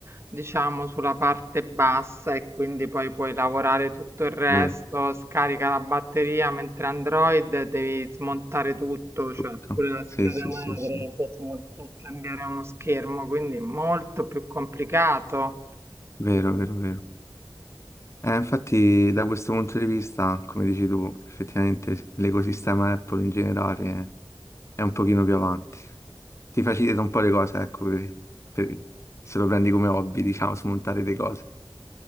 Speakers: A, on the right; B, on the left.
A: diciamo sulla parte bassa e quindi poi puoi lavorare tutto il resto,
B: Vero,
A: scarica la batteria mentre Android devi smontare tutto, cioè
B: tutto.
A: pure la scheda
B: Sì, sì,
A: madre
B: sì, sì.
A: per smont- per cambiare uno schermo, quindi molto più complicato.
B: Vero, vero, vero. Eh, infatti, da questo punto di vista, come dici tu, effettivamente l'ecosistema Apple in generale è un pochino più avanti. Ti facilita un po' le cose, ecco, per- per- se lo prendi come hobby, <laughs> diciamo, smontare le cose.